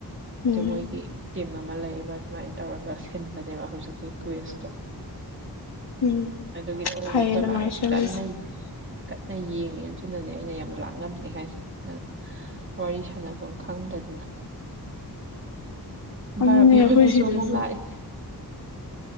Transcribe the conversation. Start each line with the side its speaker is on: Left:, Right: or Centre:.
Right: ꯑꯗ
Left: ꯎꯝ
Right: ꯃꯣꯏꯒꯤ ꯇꯤꯝ ꯑꯃ ꯂꯩꯌꯦꯕ ꯑꯗꯨꯃꯥꯏꯅ ꯇꯧꯔꯒ ꯁꯤꯟꯕꯅꯦꯕ ꯍꯧꯖꯤꯛꯀꯤ ꯀꯨꯏꯁꯇꯣ
Left: ꯎꯝ
Right: ꯑꯗꯨꯒꯤ ꯇꯧꯗ
Left: ꯐꯩꯌꯦ
Right: ꯑꯩꯈꯣꯏ
Left: ꯑꯗꯨꯃꯥꯏ
Right: ꯃꯥ
Left: ꯁꯤꯜꯂꯤꯁꯦ
Right: ꯀꯟꯅ ꯀꯟꯅ ꯌꯦꯡꯉꯦ ꯑꯗꯨꯅꯅꯦ ꯑꯩꯅ ꯌꯥꯝ ꯂꯥꯛꯉꯥꯝꯅꯦ ꯍꯥꯏꯁꯦ ꯅꯪ ꯋꯥꯔꯤ ꯁꯥꯟꯅꯐꯝ ꯈꯪꯗꯗꯅ
Left: ꯑꯗꯨꯅꯦ
Right: ꯕꯥꯂꯥꯞ ꯑꯣꯟꯕꯁꯨ
Left: ꯑꯩꯈꯣꯏ ꯁꯤꯗꯁꯨ
Right: ꯑꯃꯨꯛ ꯂꯥꯛꯑꯦ